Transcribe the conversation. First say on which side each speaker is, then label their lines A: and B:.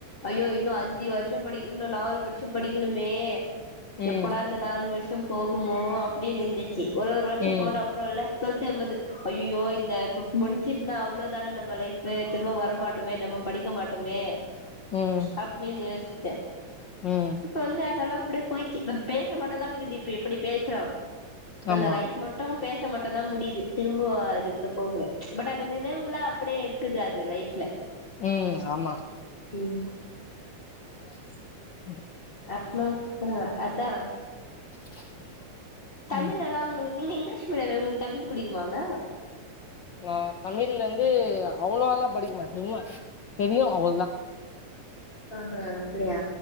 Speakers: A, on the left; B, on the left.
A: ஐயோ இன்னு அஞ்சு வருஷம் படி இன்னு நாலு வருஷம் படிக்கணுமே
B: ம்
A: எப்படா இந்தந்த நாலு வருஷம் போகுமோ அப்படியே நந்துச்சு ஒரு ஒரு வருஷம்
B: ம்
A: போன அப்புறம் இல்ல <unintelligible> ஐயோ இந்த இ முடிஞ்சிட்டுனா அவ்ளோ தான நம்ம லைப் திரும்ப வர மாட்டோமே நம்ம படிக்க மாட்டோமே
B: ம்
A: அப்டின்னு யோஸ் சே
B: ம்
A: இப்ப வந்து அதல்லாம் அப்டியே போய்ச்சு இப்ப பேசமட்டும்தான் புரிது இப்ப எப்டி பேசுறான் அந்த
B: ஆமா
A: லைஃப் மட்டும் பேச மட்டும் தான் முடிது திரும்போ அதுக்குள்ள போகுற ச் பட் அது நினைவுங்களாம் அப்டியே இருக்குது அது லைஃப்ல
B: உம் ஆமா
A: உம்
B: <unintelligible>
A: அஃப்னும் ஆஹ் அதான்
B: <unintelligible>
A: தமிழ்
B: ம்
A: எல்லா உங்களுக் நீங்க இங்கிலீஷ் மீடியம் தான உங்களுக்கு தமிழ் பிடிக்குமாங்க
B: ஆஹ் தமிழ்லந் வந்து அவ்வளோல்லாம் படிக்குமாட்டே சும்மா தெரியும் அவ்ளோ தா
A: ஆஹ் ஆஹ் அப்டியா